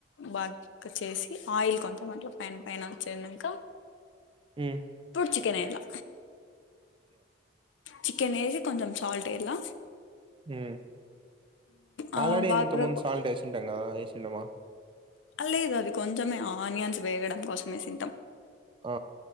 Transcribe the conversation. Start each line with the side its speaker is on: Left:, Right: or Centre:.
Left: బాగా చేసి ఆయిల్ కొంచెం అట్లా పైన పైన వచ్చక
Right: ఉ
Left: చికెన్ ఎలా చికెన్ ఏసి కొంచెం సాల్టేయాలా
Right: హ్మ్
Left: ఆ
Right: ఆల్రెడీ
Left: బాగా
Right: ఇంత ముందు
Left: కొ-
Right: సాల్ట్ వేసింటాం కదా చి సినిమా
Left: లేదు అది కొంచమే ఆనియన్స్ వేగడం కోసమే సింటాం
Right: ఆ